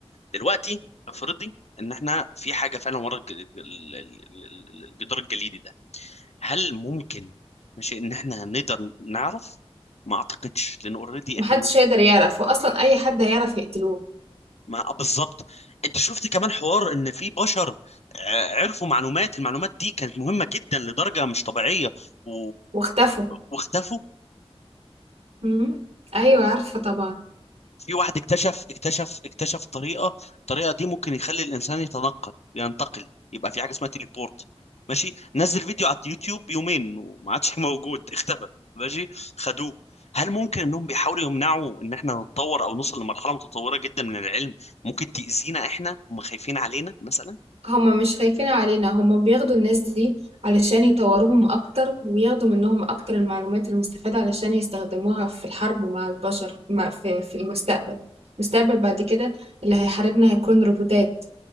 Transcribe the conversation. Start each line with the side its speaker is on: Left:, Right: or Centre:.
Left: دلوقتي افرضي ان احنا في حاجه فعلا ورا الج- ال- ال- ال- الجدار الجليدي ده هل ممكن ماشي ان احنا نقدر نعرف ما اعتقدش لان اوريدي
Right: محدش
Left: احنا مس...
Right: هيقدر يعرف واصلا اي حد هيعرف يقتلوه
Left: ما آه، بالظبط انت شفت كمان حوار ان في بشر آه، عرفوا معلومات المعلومات دي كانت مهمة جدا لدرجة مش طبيعية و...
Right: واختفوا
Left: واختفوا
Right: مم. ايوه عارفة طبعا
Left: في واحد اكتشف اكتشف اكتشف طريقة الطريقة دي ممكن يخلي الإنسان يتنقل ينتقل يبقى في حاجة اسمها تيليبورت ماشي نزل فيديو على اليوتيوب يومين وما عادش <laughs> موجود اختفى ماشي خدوه هل ممكن انهم بيحاولوا يمنعوا ان احنا نتطور او نوصل لمرحلة متطورة جدا من العلم ممكن تأذينا احنا هم خايفين علينا مثلا
Right: هما مش خايفين علينا هما بياخدوا الناس دي علشان يطوروهم اكتر وياخدوا منهم اكتر المعلومات المستفادة علشان يستخدموها في الحرب مع البشر مع في, في المستقبل المستقبل بعد كده اللي هيحاربنا هيكون روبوتات